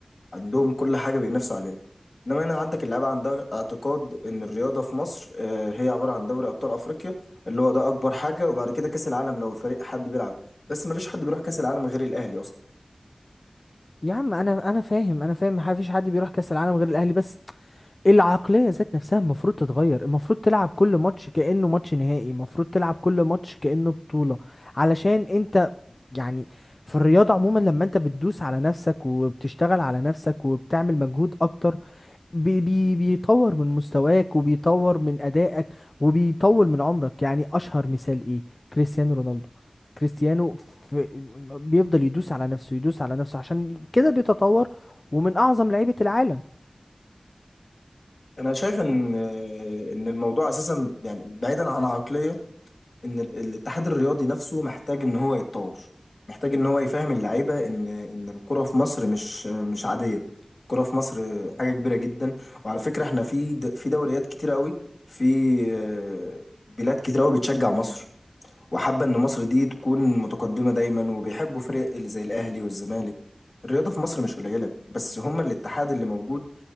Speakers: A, on the left; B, on the left.
A: عندهم كل حاجة بينافسوا عليها انما هنا عندك اللعيبة عندها اعتقاد ان الرياضة في مصر آه، هي عبارة عن دوري ابطال افريقيا اللي هو ده اكبر حاجة وبعد كده كاس العالم لو الفريق حد بيلعب بس ما فيش حد بيروح كاس العالم غير الاهلي اصلا
B: يا عم انا انا فاهم انا فاهم ما فيش حد بيروح كاس العالم غير الاهلي بس العقلية ذات نفسها المفروض تتغير المفروض تلعب كل ماتش كأنه ماتش نهائي المفروض تلعب كل ماتش كأنه بطولة علشان انت يعني في الرياضة عموما لما انت بتدوس على نفسك وبتشتغل على نفسك وبتعمل مجهود اكتر بي بي بيطور من مستواك وبيطور من أدائك وبيطول من عمرك يعني أشهر مثال إيه كريستيانو رونالدو كريستيانو في بيفضل يدوس على نفسه يدوس على نفسه عشان كده بيتطور ومن أعظم لعيبة العالم
A: انا شايف ان آه، ان الموضوع اساسا يعني بعيدا عن عقلية ان ال- الاتحاد الرياضي نفسه محتاج ان هو يتطور محتاج ان هو يفهم اللعيبه ان ان الكره في مصر مش مش عاديه الكره في مصر حاجه كبيره جدا وعلى فكره احنا في د- في دوريات كتيره قوي في آه، بلاد كتيره قوي بتشجع مصر وحابه ان مصر دي تكون متقدمه دايما وبيحبوا فرق اللي زي الاهلي والزمالك الرياضه في مصر مش قليله بس هما الاتحاد اللي موجود